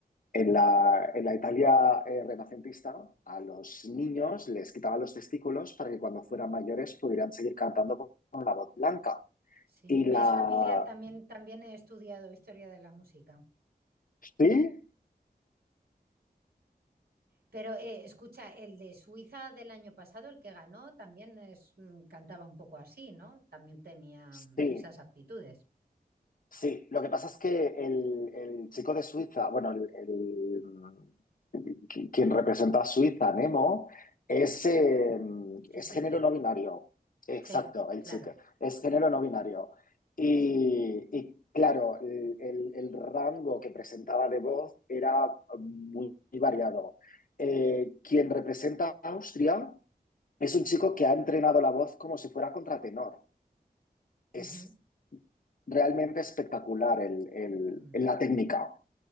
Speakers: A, on the left (about 60°); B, on the right (about 80°).
A: en la, en la Italia eh, renacentista, a los niños les quitaban los testículos para que cuando fueran mayores pudieran seguir cantando con, con la voz blanca.
B: Sí,
A: Y
B: me
A: la...
B: es familiar, también, también he estudiado historia de la música.
A: ¿Sí?
B: Pero eh, escucha, el de Suiza del año pasado, el que ganó, también es, mm, cantaba un poco así, ¿no? También tenía mm,
A: Sí,
B: esas aptitudes,
A: sí. Lo que pasa es que el, el chico de Suiza, bueno, el, el quien representa a Suiza, Nemo, es, eh,
B: el
A: es
B: chique.
A: género no binario. Exacto,
B: Sí,
A: el
B: claro.
A: chico. Es género no binario. Y, y claro, el, el- el rango que presentaba de voz era muy, muy variado. Eh, quien representa a Austria es un chico que ha entrenado la voz como si fuera contratenor. Es
B: Ujú.
A: realmente espectacular el- el-
B: Mm.
A: la técnica,